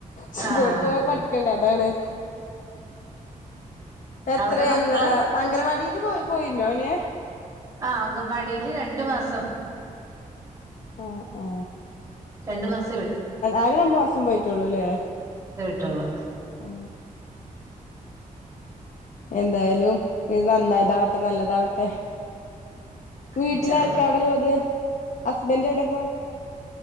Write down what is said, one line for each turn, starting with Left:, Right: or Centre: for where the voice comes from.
Left: സ്കൂള്
Right: ആഹ്
Left: പോയാ പഠിക്കണ്ടേ അതാണ് എത്ര
Right: അവിടെ മക്കള്
Left: എന്താ അങ്കനവാ ടില് പോയി പോയിന്നോന്
Right: ആ അങ്കവാടില് രണ്ടു മാസം
Left: ആ ആ
Right: രണ്ടു മാസ
Left: ആകെ രണ്ടു മാസം പോയിട്ടുള്ളുല്ലേ
Right: റ്റകള്
Left: ഏ എന്തായാലും നന്നായിട്ടാവട്ടെ നല്ലതാവട്ടെ വീട്ടിലാരൊക്കെ
Right: ഇൻഷാ അള്ളാ
Left: അവിടെള്ളത് ഹസ്ബെൻഡ് എവിടെപ്പോം